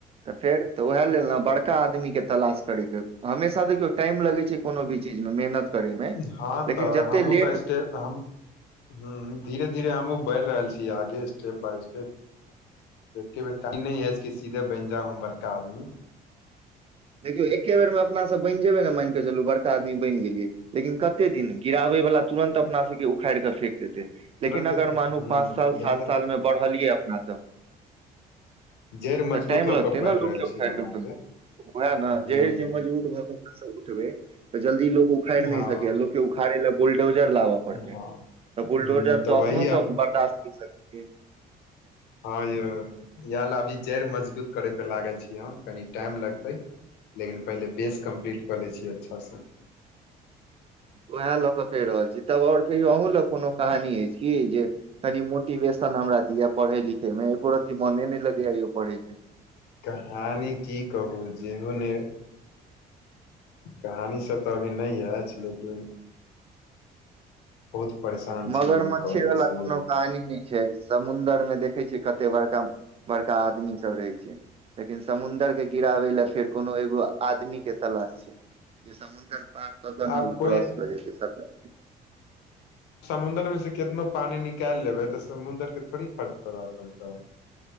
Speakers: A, on the right; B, on the left.
A: त फेर त उहे लेल न बड़का आदमीके तलाश करयके हमेशा देखियौ टाइम लगै छैय कोनो भी चीज म मेहनत करे मे
B: हँ
A: लेकिन
B: त
A: जते
B: हमु
A: लेट
B: त स्टे हम, हूँ धीरे-धीरे हमहुँ बैढ़ रहल छी आगे स्टेप बाय स्टेप। एके बेर <unintelligible> कि सीधे बैन जाउ हम बड़का आदमी।
A: देखियौ एके बेरमे अपना सब बैन जेबै ने माइन के चलू बड़का आदमी बैन गेलियै लेकिन कते दिन। गिराबे बला तुरंत अपना सबके उखैड़ कै फेक देतै।
B: तुरन्ते
A: लेकिन अगर
B: हूँ
A: मानू
B: हूँ
A: पाँच साल,
B: इएह
A: सात
B: ला
A: साल मे बढ़लियै अपना सब
B: जड़ि मजगूत
A: तऽ टाइम
B: कऽ
A: लगतै
B: कऽ बढ़ि
A: नै लोक
B: रहल
A: के
B: छी
A: उखैर
B: हम
A: कै
B: आगे
A: फेकय में। वैह नै
B: हूँ
A: जैड़ जे मजबूत भऽ कऽ अपना सब उठबै तऽ जल्दी लोक उखैड़
B: हँ
A: नै सकय यै लोक के उखाड़े लै बुल्डोजर लाबऽ पड़ते
B: हँ
A: तऽ बुलडोजर
B: हूँ तऽ
A: त
B: वही
A: अपनो
B: अब
A: सब बर्दाश्त कैर सक के
B: हां यौ इहै लै अभी जैड़ मजगूत करे पे लागल छी हम कनि टाइम लगते। लेकिन पहिले बेस कम्प्लीट कऽ लै छीयै अच्छा से।
A: वहै लऽ कऽ कह रहल छी तब और कहियौ अहूँ लग कोनो कहानी ऐछ की जे कनि मोटिवेशन हमरा दिए पढ़य लिखय मे एको रती मोने नै लगय यै यौ पढ़य के।
B: कहानी की कहू जेहो नय कहानी सब तऽ अभी नै ऐछ लेकिन बहुत परेशान
A: मगरमच्छे
B: छी अभी कॉलेज
A: वाला
B: से
A: कोनो कहानी नहि छै समुंदर में देखय छियै कते बड़का-बड़का आदमी सब रहै छै। लेकिन समुंदर के गिराबै लै फेर कोनो एगो आदमी के तलाश छै जे समुंदर पार कऽ कऽ नऽ
B: आब
A: उ
B: कोइ
A: क्रॉस कऽ जेतय सबटा।
B: समुंदर में से केतनो पानी निकाएल लेबै तऽ समुंदर के थोड़ी फर्क पता चलतै।